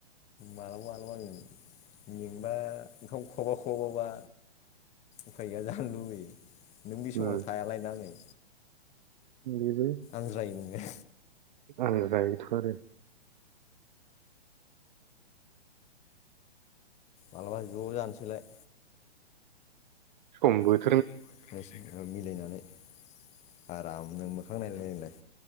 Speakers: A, on the left; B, on the right.
A: मालाबा मालाबा ओं मेंबा ओंखाम खहाबा खहाबाबा उफाय गैया जानो लुबैयो नों बे
B: उम
A: समाव थायालायना नै
B: बेबो
A: आनज्रायो नोङो
B: आं जायोथ' आरो
A: मालाबा ज' जानोसैलाय
B: समबोद
A: <unintelligible> <inaudible> आरामनो मोखां नायलाय नायलाय